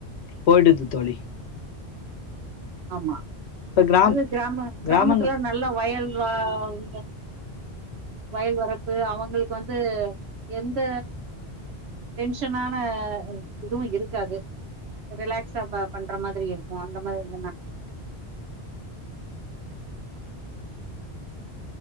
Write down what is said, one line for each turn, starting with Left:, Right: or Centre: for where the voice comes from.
Left: போயிடுது தோழி
Right: ஆமா
Left: இப்ப கிராம்
Right: அது கிராம கிராமத்துல
Left: கிராமங்க
Right: நல்லா வயல் வா வாவ் வயல் வரப்பு அவங்களுக்கு வந்து எந்த டென்ஷனான இதுவும் இருக்காது ரிலாக்ஸா பண்ற மாதிரி இருக்கும் அந்த மாதிரி என